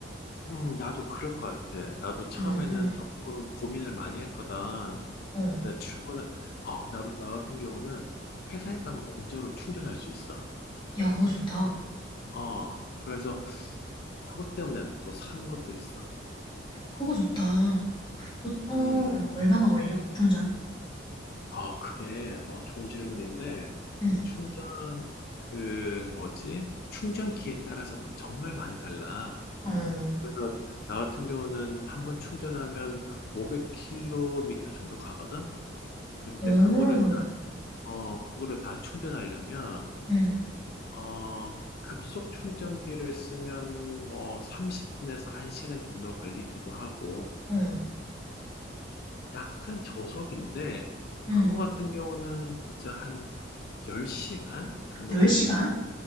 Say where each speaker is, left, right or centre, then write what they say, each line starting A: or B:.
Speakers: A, on the left; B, on the left.
A: 음. 나도 그럴 것 같아. 나도 처음에는
B: 음,
A: 쪼끔 고민을 많이 했거든.
B: 음.
A: 내가
B: 어.
A: 출근을 어 나도 나 같은 경우는 회사에 가면 공짜로 충전할 수 있어.
B: 야, 그거 좋다.
A: 엄청 어. 그래서 그것 때문에 또 산 것도 있어.
B: 그거 좋다. 보통
A: 음.
B: 얼마나 걸려? 충전?
A: 아, 그게, 어, 좋은 질문인데,
B: 음.
A: 그 충전, 그, 뭐지? 충전기에 따라서 정말 많이 달라.
B: 어.
A: 그래서, 나 같은 경우는 한 번 충전하면 500km 정도 가거든? 근데
B: 오.
A: 그거를, 다- 어, 그거를 다 충전하려면,
B: 음.
A: 어, 급속 충전기를 쓰면 뭐 30분에서 1시간 정도 걸리기도 하고,
B: 어.
A: 약간 저속인데
B: 음.
A: 그거 같은 경우는 보자 한 10시간 정도
B: 열
A: 걸리는
B: 시간?
A: 거야